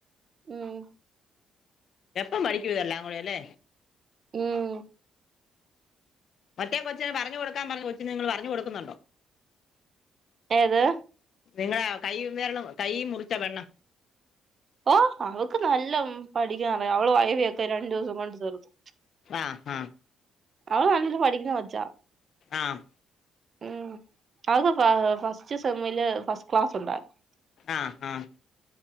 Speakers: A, on the right; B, on the left.
A: ഉം
B: എപ്പം പഠിക്കും ഇതെല്ലാം കൂടെയല്ലേ
A: ഉം
B: മറ്റേ കൊച്ചിന് പറഞ്ഞു കൊടുക്കാൻ പറഞ്ഞ കൊച്ചിന് നിങ്ങള് പറഞ്ഞ് കൊടുക്കുന്നോണ്ടോ?
A: ഏത്?
B: നിങ്ങളെ കൈ വെരള് കൈ മുറിച്ച പെണ്ണ്.
A: ഓഹ് അവക്ക് നല്ല പഠിക്കാൻ അറിയ അവള് വൈവിയ ക്കെ രണ്ടു ദിവസം കൊണ്ട് തീർത്തു
B: ആഹ്
A: അവള് നല്ലോലേ പഠിക്കുന്ന കൊച്ചാ
B: ആഹ്
A: ഉം അവക്ക് ഫസ്റ്റ് സെമില് ഫസ്റ്റ് ക്ലാസ് ഉണ്ടായിരുന്നു.
B: ആഹ് ആഹ്.